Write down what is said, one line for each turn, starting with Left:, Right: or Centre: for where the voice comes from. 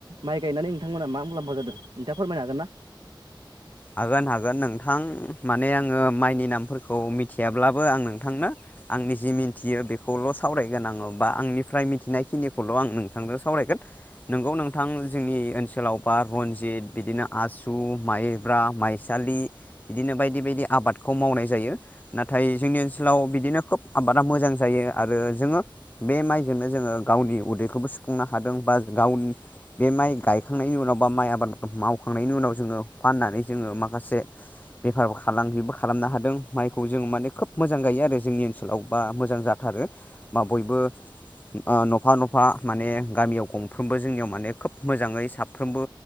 Right: माइ गायनानै नोंथांमोना मा मुलाम्फा जादों नोंथाङा फोरमायनो हागोन ना?
Left: हागोन हागोन नोंथां माने आङो माइनि नामफोरखौ मिथियाब्लाबो आं नोंथांनो आंनि जि मिथियो बेखौल' सावरायगोन आङो बा आंनिफ्राय मिथिनायखिनिखौल' आं नोंथांजों सावरायगोन, नोंगौ नोंथां जोंनि ओनसोलाव बा रनजित बिदिनो आसु, माइ, माइब्रा, माइसालि बिदिनो बायदि बायदि आबादखौ मावनाय जायो नाथाय जोंनि ओनसोलाव बिदिनो खोब आबादा मोजां जायो आरो जोङो बे माइजोंनो जोङो गावनि उदैखौबो सुफुंनो हादों बा गाव बे माइ गायखांनायनि उनाव बा माइ आबाद मावखांनायनि उनाव जोङो। फाननानै जोङो माखासे बेफार फालांगिबो खालामनो हादों माइखौ जों माने खोब मोजां गायो आरो जोंनि ओनसोलाव बा मोजां जाथारो बा बयबो ओ नफा नफा माने गामियाव गंफ्रोमबो जोंनियाव माने खोब मोजाङै साफ्रोमबो